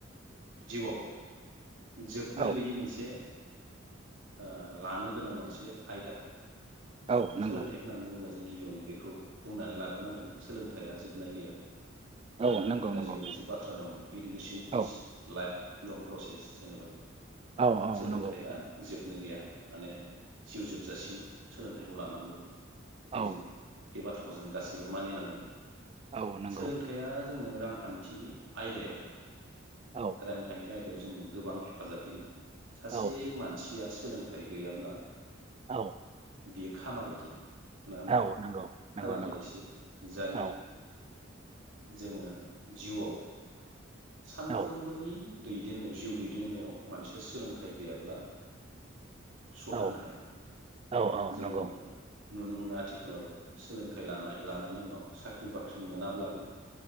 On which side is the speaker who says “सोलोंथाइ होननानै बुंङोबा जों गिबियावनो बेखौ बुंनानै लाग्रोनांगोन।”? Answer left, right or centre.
Right